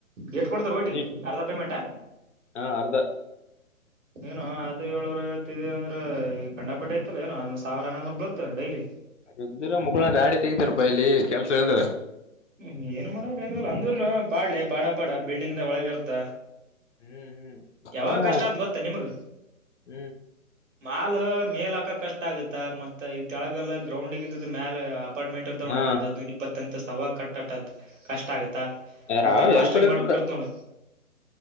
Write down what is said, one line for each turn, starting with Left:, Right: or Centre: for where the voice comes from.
Right: ಎಷ್ಟು ಕೊಡ್ತಾರ ಒಟಿಗೆ
Left: ನೀ
Right: ಅರ್ಧ ಪೇಮೆಂಟಾ
Left: ಹಾ ಅರ್ಧ
Right: ಏನು ಆದ್ರ ಏಳ್ನೂರ ಐವತ್ತದು ಅಂದ್ರೆ ಗಂಡಾಪಟ್ಟಿ ಐ್ತಲ್ಲ ಏನೋಂದ ಸಾವಿರ ನನೂರ್ ಬಲತ ಡೈಲಿ
Left: ಇದ್ದ್ರ ಮುಗಳ ರಾಡಿ ತೆಗತಾರಪ್ಪಾ ಇಲ್ಲಿ ಕೆಲ್ಸ ಅಂದ್ರ
Right: ಹು ಏನ್ ಮಾಡೋಕ್ ಆಗಲ್ಲಾ ಅಂದ್ರುನು ಪಾಡ್ಲೆ ಪಾಡ ಪಾಡ ಬಿಲ್ಡಿಂಗ್ ದ ಒಳಗ ಇರ್ತ.
Left: ಹ್ಮ್ ಹ್ಮ್
Right: ಯಾವಾಗ
Left: ಅಂದ್ರ
Right: ಕಷ್ಟ ಆತ ಗೊತ್ತ ನಿಮ್ಗ.
Left: ಹ್ಮ್
Right: ಮಾಲ ಮೇಲ್ ಹಾಕಕ್ ಕಷ್ಟ ಆಗತ್ತ ಮತ್ತ ಈ ತೆಳಗೆಲ್ಲಾ ಗ್ರೌಂಡಗಿದ್ದಿದ್ದ ಮ್ಯಾಲ. ಅಪಾರ್ಟ್ಮೆಂಟ್ಲ ತಗೋವ
Left: ಹಾ
Right: ಒಂದ ಹದೈದ ಇಪ್ಪತ್ತ ಅಂತತ್ಸ್ ಅವಾಗ ಕಟ್ಟಕ ಕಷ್ಟ ಆಗುತ್ತ. ತ್ತ
Left: ಯಾವ
Right: ಮತ್ತ ಪ್ಲಾಸ್ಟ್ರಿಕ್
Left: ಎಲ್ಪರ್ ಇರ್ಬೇಕ
Right: ಮಾಡ್ಬೇಕ ಇರ್ತ್ ನೋಡ.